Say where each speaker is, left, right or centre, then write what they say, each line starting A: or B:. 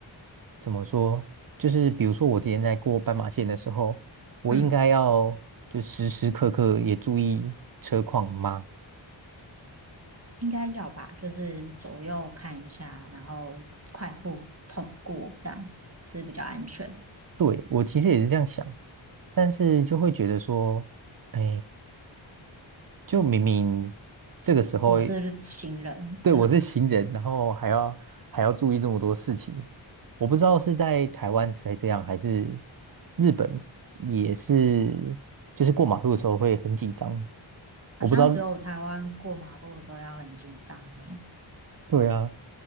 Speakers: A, on the right; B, on the right.
A: 怎么说？就是比如说，我今天在过斑马线的时候，我应该要就时时刻刻也注意车况吗？
B: 嗯，嗯，应该要吧，就是左右看一下，然后快步通过，这样是比较安全。
A: 对，我其实也是这样想，但是就会觉得说，哎，就明明这个时候
B: 我是行人，
A: 对，
B: 这样吗？
A: 我是行人，然后还要还要注意这么多事情，我不知道是在台湾才这样，还是日本也是，就是过马路的时候会很紧张。
B: 好像只有台湾过马路的时候要很紧张诶。
A: 我不知道，对啊，